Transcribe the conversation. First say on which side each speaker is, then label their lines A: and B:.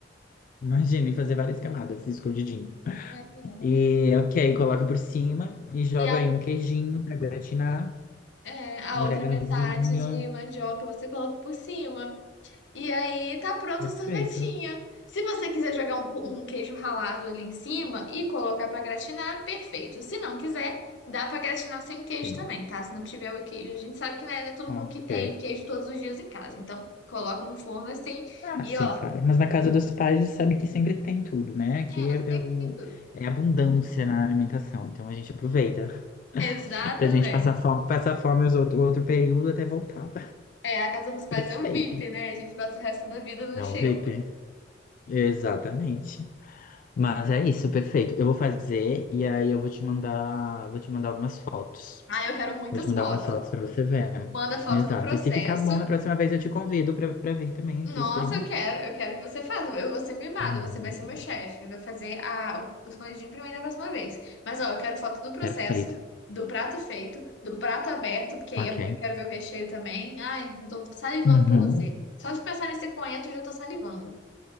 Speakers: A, on the left (about 45°); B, on the left (about 80°).
A: Imagina, e fazer várias camadas escondidinho.
B: Imagina.
A: E, ok, coloca por cima e joga
B: E a,
A: aí um queijinho pra gratinar.
B: é, a
A: Um oreganozinho.
B: outra metade de mandioca você coloca por cima. E aí tá pronto
A: Perfeito.
B: o sorvetinho. Se você quiser jogar um, um queijo ralado ali em cima e colocar pra gratinar, perfeito. Se não quiser, dá pra gratinar sem queijo
A: Sim.
B: também, tá? Se não tiver o queijo, a gente sabe que não é, não é todo
A: Ok.
B: mundo que tem o queijo todos os dias em casa. Então, coloca no forno assim
A: Ah,
B: e
A: sim,
B: ó.
A: cara. Mas na casa dos pais você sabe que sempre tem tudo, né? Aqui
B: É,
A: é,
B: sempre
A: é, o-
B: tudo.
A: é abundância na alimentação. Então a gente aproveita
B: Exatamente.
A: <laughs> pra gente passar fome, passar fome os outro, o outro período até voltar.
B: É, a casa dos pais
A: Perfeito.
B: é o VIP, né? A gente passa o resto da vida na
A: Não,
B: xepa.
A: VIP. Exatamente. Mas é isso, perfeito. Eu vou fazer e aí eu vou te mandar, vou te mandar algumas fotos.
B: Ah, eu quero muitas
A: Vou te mandar
B: fotos.
A: umas fotos pra você ver.
B: Manda foto
A: Exato.
B: do processo.
A: E se ficar bom, na próxima vez eu te convido pra, pra vir também aqui
B: Nossa,
A: experimentar.
B: eu quero, eu quero que você faça. Eu vou ser mimada,
A: Uhum.
B: você vai ser meu chefe. Vai fazer a, o escondidinho pra mim da próxima vez. Mas, ó, eu quero foto do processo,
A: Perfeito.
B: do prato feito, do prato aberto, porque aí
A: Ok.
B: eu quero ver o recheio também. Ai, eu tô salivando
A: Uhum.
B: por você. Só de pensar nesse coentro, eu já tô salivando.